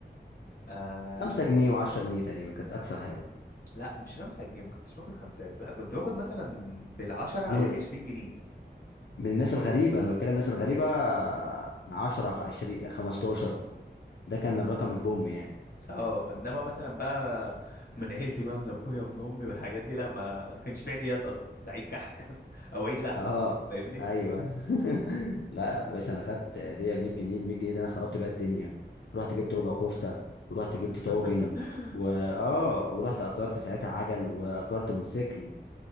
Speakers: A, on the left; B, on the left.
A: آه
B: 5 جنيه و10 جنيه تقريبا كانت اقصى حاجه
A: لا مش 5 جنيه ما كنتش باخد خمسات لا كنت باخد مثلا بالعشرة او
B: من
A: العشرين جنيه
B: من الناس الغريبه انا بتكلم الناس الغريبه 10 20 15 ده كان الرقم البوم يعني
A: اه انما مثلا بقى من عيلتي بقى من ابويا ومن امي والحاجات دي لا ما كانش في عيديات اصلا ده عيد كحك <laughs> او عيد لحمه
B: اه
A: فاهمني
B: ايوه <laughs> لا يا باشا انا خدت هديه 100 جنيه ال 100 جنيه دي انا خربت بيها الدنيا رحت جبت ربع كفته ورحت
A: <laughs>
B: جبت طاجن واه ورحت اجرت ساعتها عجل واجرت موتوسيكل